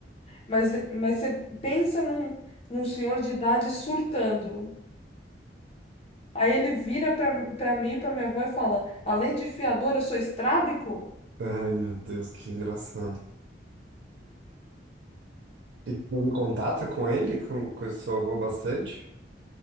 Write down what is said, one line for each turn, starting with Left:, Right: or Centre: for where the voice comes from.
Left: Mas, mas você pensa num, num senhor de idade surtando. Aí ele vira pra, pra mim, e pra minha avó e fala: Além de fiador, eu sou estrábico?
Right: Ai, meu Deus, que engraçado. E você teve contato com ele, com, com esse seu avô bastante?